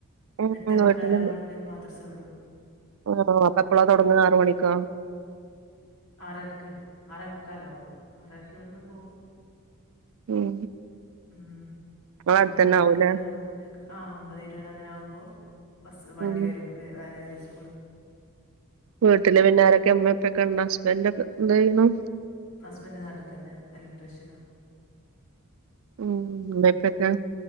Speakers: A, on the right (about 65°); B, on the left (about 80°).
A: ഉ
B: എട്ടേ മുക്കാലാകുമ്പഴത്തേക്ക്
A: വീട്ടില
B: മദ്രസ വിടും.
A: ആ അപ്പ എപ്പളാ തുടങ്ങ ആറ മണിക്കാ
B: ആറരക്ക് ആറേ മുക്കാലാവോ ആറരക്ക് ഇവിടുന്ന് പോകവും
A: ഉം
B: ഉം
A: ഇങ്ങളെ
B: പിന്നെ
A: അടുത്തന്നെ
B: ഒമ്പതേകോ
A: ആവൂലേ
B: താമത്തെക്ക ആ ഒമ്പത് ഇരുപത് അങ്ങനെ ആകുമ്പോൾ ബസ് വണ്ടി
A: ഉം
B: വരും അേന വരും സ്കൂള്
A: വീട്ടില് പിന്നാരൊക്കെ അമ്മയപ്പൊക്കെണ്ട ഹസ്ബൻഡ ഒക്കെ എന്ത ചെയ്യണം
B: ഹസ്ബന്ഡ് നാട്ടിൽ തന്നെ ഇലക്ട്രീഷ്യനോ
A: ഉ അ ഇപ്പൊക്കെ